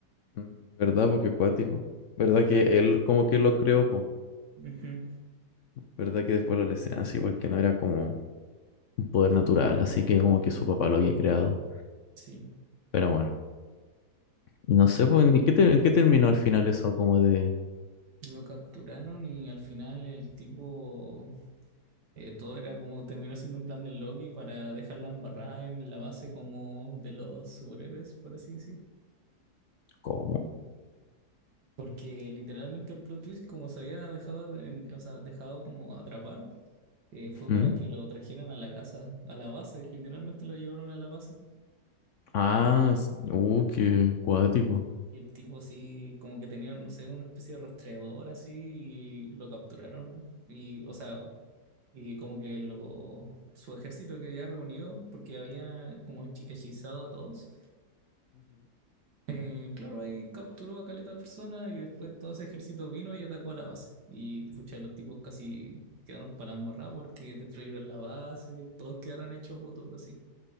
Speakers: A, on the left; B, on the right.
A: Mm, ¿Verdad? Porque cuático. ¿Verdad que él como que lo creó, po?
B: Ujú.
A: ¿Verdad que después lo desean así? Porque no era como un poder natural, así que como que su papá lo había creado.
B: Sí,
A: Pero bueno. Y No sé, pues, ¿en qué, ter- en qué terminó al final eso como de...
B: lo capturaron y al final el tipo, eh, todo era como, terminó siendo un plan del Loki para dejarla embarrada en la base como de los superhéroes, por así decir.
A: ¿Cómo?
B: Porque literalmente el plot twist, como se había dejado, en- o sea, dejado como atrapar, eh, fue
A: ¿Mm?
B: para que lo trajeran a la casa, a la base, literalmente lo llevaron a la base
A: Ah, s- uh, qué cuático.
B: Y el tipo así, como que tenía, no sé, una especie de rastreador así, y lo capturaron. Y, o sea, y como que lo, su ejército que había reunido, porque había como hechi- hechizado a todos. eh, claro, ahí capturó a caleta de personas y después todo ese ejército vino y atacó a la base. Y pucha, los tipos casi quedaron para la embarrada porque destruyeron la base, todos quedaron hechos votos así.